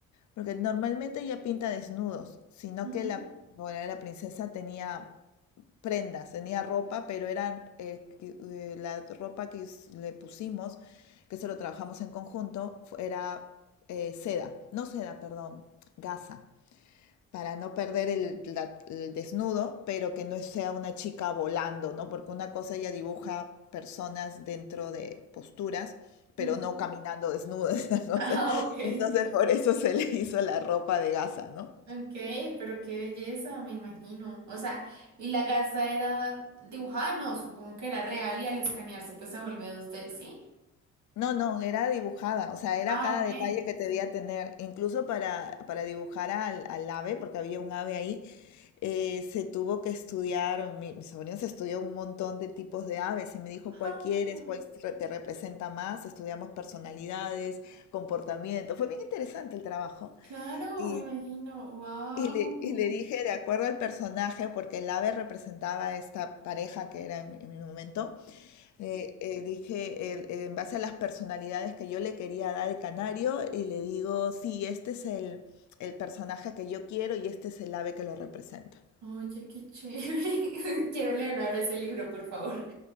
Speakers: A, on the left; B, on the right.
A: porque normalmente ella pinta desnudos, sino
B: Ujú,
A: que la, bueno, la princesa tenía prendas, tenía ropa, pero era eh, que- eh, la ropa que us- le pusimos, que se lo trabajamos en conjunto, fu- era eh, seda, no seda, perdón, gasa para no perder el, la- el desnudo, pero que no sea una chica volando, ¿no? Porque una cosa ella dibuja personas dentro de posturas, pero
B: ujú.
A: no caminando
B: <laughs>
A: desnudas, <laughs> ¿no?
B: Ah,
A: O sea,
B: ok.
A: Entonces por eso se le hizo la ropa de gasa, ¿no?
B: Ok, pero qué belleza, me imagino. O sea, ¿y la gasa era dibujada? No, supongo que era real y al escanearse pues se vuelve dos d ¿sí?
A: No, no, era dibujada, o sea, era
B: Ah,
A: cada
B: ok.
A: detalle que te debía tener, incluso para, para dibujar al, al ave, porque había un ave ahí, eh, se tuvo que estudiar, mi, mi sobrino se estudió un montón de tipos de aves y me dijo cuál
B: Ah,
A: quieres, cuál re- te representa más, estudiamos personalidades, comportamiento, fue bien interesante el trabajo
B: claro,
A: y,
B: me imagino. Wow.
A: y le, y le dije de acuerdo al personaje, porque el ave representaba a esta pareja que era en en mi momento eh, eh, dije, el- eh, en base a las personalidades que yo le quería dar al canario, y le digo, sí, este es el, el personaje que yo quiero y este es el ave que lo representa.
B: Oye, qué chévere. <laughs> Quiero leer ahora ese libro, por favor.